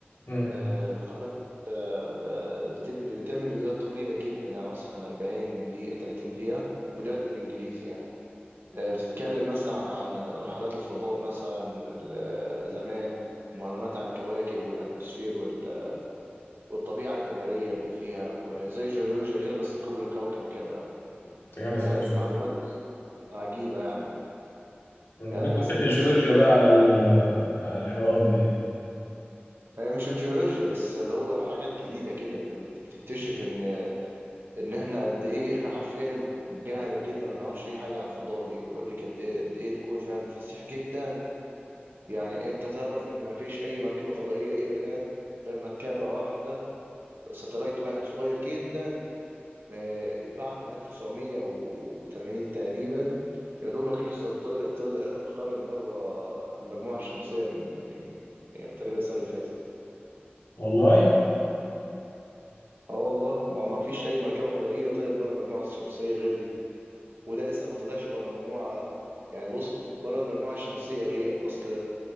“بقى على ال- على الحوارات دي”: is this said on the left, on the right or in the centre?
Left